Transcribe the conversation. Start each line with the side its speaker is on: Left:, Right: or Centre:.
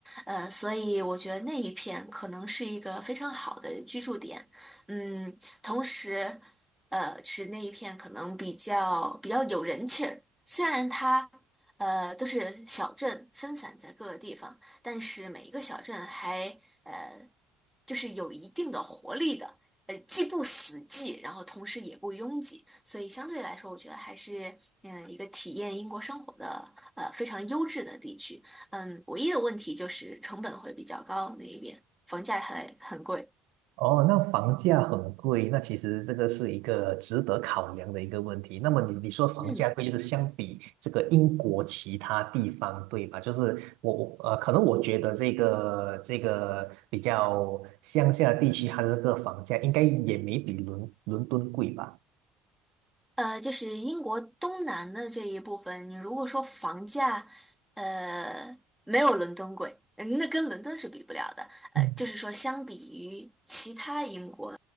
Centre: 呃，所以我觉得那一片可能是一个非常好的居住点，嗯，同时呃，是那一片可能比较比较有人气儿。虽然它呃，都是小镇分散在各个地方，但是每一个小镇还呃，就是有一定的活力的，呃，既不死寂，然后同时也不拥挤，所以相对来说，我觉得还是嗯呃一个体验英国生活的呃非常优质的地区。嗯，唯一的问题就是成本会比较高，那一边房价还很贵。
Right: 哦，那房价很贵，那其实这个是一个值得考量的一个问题。那么你你说房价贵，
Centre: 嗯，
Right: 就是相比这个英国其他地方，对吧？就是我我呃，可能我觉得这个这个比较乡下地区，它的这个房价应该也没比伦伦敦贵吧？
Centre: 呃，就是英国东南的这一部分，你如果说房价，呃，没有伦敦贵，呃那跟伦敦是比不了的。呃，
Right: 嗯。
Centre: 就是说相比于其他英国，